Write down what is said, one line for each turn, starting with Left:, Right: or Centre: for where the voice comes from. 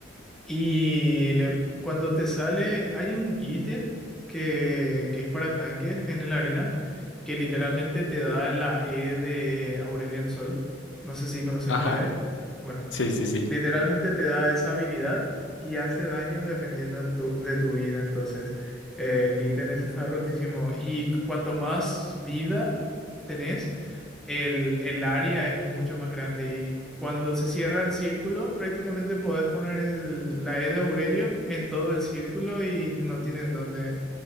Centre: Y le, cuando te sale, hay un ítem que, que es para tanques en el arena, que literalmente te da la E de Aurelion Sol. No sé si
Left: <laughs>
Centre: conoces
Left: Ajá,
Centre: la E. Bueno,
Left: sí, sí, sí.
Centre: literalmente te da esa habilidad y hace daño dependiendo de tu, de tu vida. Entonces, eh, el ítem ese está rotísimo. Y cu- cuanto más vida tenés, el, el área es mucho más grande y cuando se cierra el círculo, prácticamente podés poner el- la E de Aurelion en todo el círculo y no tienen dónde,